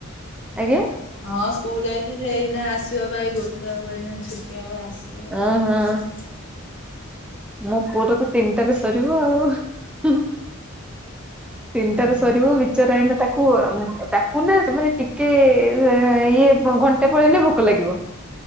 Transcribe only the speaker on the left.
ହଁ ସ୍କୁଲ ଯାଇଛି ସେଇନା ଆସିବ ପାଇଁ ଗୋଟେ ହବ ଏଇନା ଛୁଟି ହବ ଆସ <unintelligible>
ଓହୋ